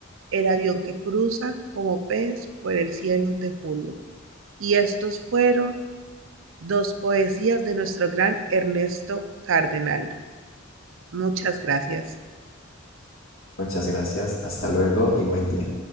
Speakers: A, on the right; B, on the left.
A: el avión que cruza como pez por el cielo de julio. Y estos fueron dos poesías de nuestro gran Ernesto Cardenal. Muchas gracias.
B: Muchas gracias, hasta luego y buen día.